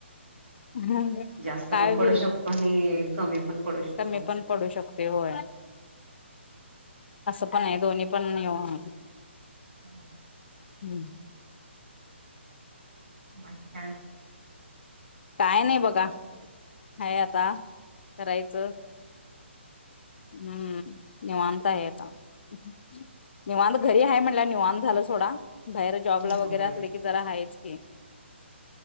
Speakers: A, on the left; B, on the right.
A: हं हं
B: जास्त
A: काय
B: पण
A: हुईल
B: पडू शकतो आणि कमी पण पडू शकतो.
A: कमी पण पडू शकते होय असं पण आहे दोन्ही पण निवांत
B: हम.
A: हम.
B: बाकी काय?
A: काय नाई बगा हाय आता काराय <unintelligible> हम्म. निवांतय आता. <unintelligible> निवांध घरी हाय म्हणल्या, निवांध झाल सोडा. बाहेर जॉबला
B: होय.
A: वगैरे असले की जरा आहेच. <unintelligible>